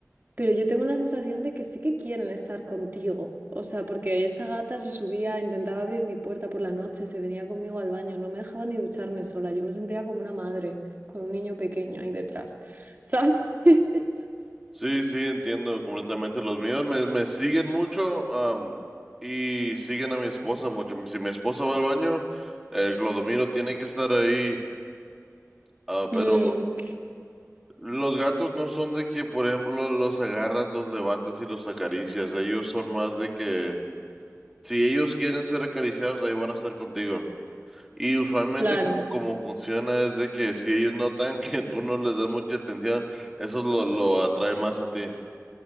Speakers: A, on the right; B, in the centre.
A: pero yo tengo la sensación de que sí que quieren estar contigo. O sea, porque esta gata se subía, intentaba abrir mi puerta por la noche, se venía conmigo al baño, no me dejaba ni ducharme sola. Yo me sentía como una madre con un niño pequeño ahí detrás. ¿Sabes? <laughs>
B: Sí, sí, entiendo completamente. Los míos me, me siguen mucho, am, y siguen a mi esposa mucho. Si mi esposa va al baño, el Clodomiro tiene que estar ahí. Ah, pero
A: Mm, c-
B: Los gatos no son de que, por ejemplo, los agarras, los levantas y los acaricias. Ellos son más de que, si ellos quieren ser acariciados, ahí van a estar contigo. Y usualmente
A: claro.
B: como, como funciona es de que si ellos notan <laughs> que tú no les das mucha atención, eso lo, lo atrae más a ti.